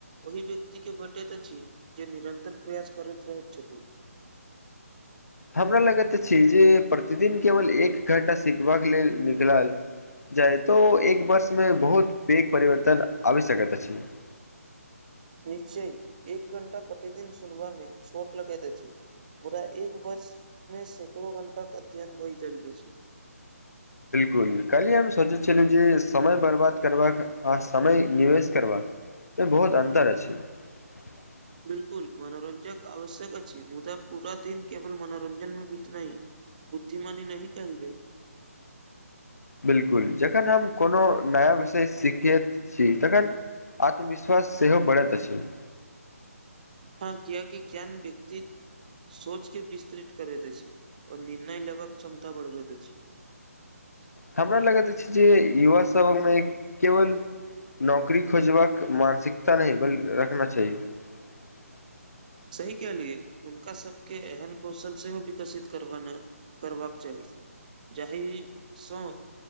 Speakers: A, on the right; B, on the left.
A: ओहि व्यक्तिके भेटैत अछि जे निरंतर प्रयास करैत रहैत छथि। <unintelligible>
B: हमरा लगैत अछि जे प्रतिदिन केवल एक घण्टा सिखबाक लेल निकलाल जाय तऽ ओ एक वर्षमे बहुत पैघ परिवर्तन आबि सकैत अछि। <unintelligible>
A: निश्चय एक घण्टा प्रतिदिन सुनबा में छोट लगैत अछि मुदा एक वर्ष मे सैंकड़ो घंटा के अध्ययन होइ जाइत अछि। <unintelligible>
B: कहलिए हम सोचै छलिए जे समय बर्बाद करबाक आ समय निवेश करबाकमे बहोत अन्तर अछि। <unintelligible>
A: बिल्कुल मनोरंजक आवश्यक अछि मुदा पूरा दिन केवल मनोरंजन मे बीतनाय बुद्धिमानी नहि कहल जाइ। <unintelligible>
B: बिल्कुल जखन हम कोनो नया विशेष सिखैत छीयै तखन आत्मविश्वास सेहो बढ़ैत अछि। <unintelligible>
A: हां कियाकि ज्ञान व्यक्ति सोच के विस्तृत करैत अछि और निर्णय लेबाक क्षमता बढ़बैत अछि। <unintelligible>
B: हमरा लगैत अछि जे युवा सभमे केवल नौकरी खोजबाक मानसिकता नै ब रखना चाही। <unintelligible>
A: सही कहलिए हुनका सबके एहन कौशल सेहो विकसित करवाना करबाक चाही जहिसँ